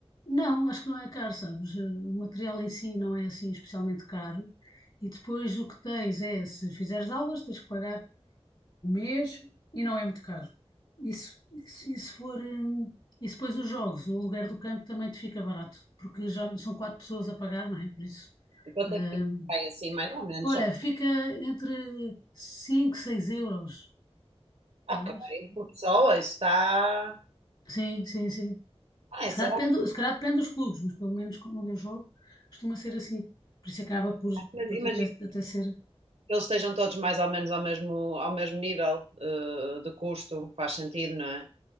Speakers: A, on the left; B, on the right.
A: não, acho que não é caro, sabes? Eh, O material em si não é assim especialmente caro. E depois o que tens é, se fizeres aulas, tens que pagar o mês e não é muito caro. Isso, isso, isso for, hum, e se depois os jogos, o aluguer do campo também te fica barato, porque já são quatro pessoas a pagar, não é? Por isso.
B: Eu
A: hum,
B: tenho que ficar assim, mais ou menos,
A: olha,
B: só
A: fica entre 5, 6 euros,
B: ok,
A: sabes?
B: por pessoa, isso está.
A: Sim, sim, sim.
B: Ah, isso
A: Se calhar
B: é
A: depende,
B: ok,
A: se calhar depende dos clubes, mas pelo menos onde eu jogo costuma ser assim. Por isso acaba por,
B: mas
A: por
B: imagino
A: até, até ser.
B: que eles estejam todos mais ou menos ao mesmo, ao mesmo nível eh, de custo, faz sentido, não é?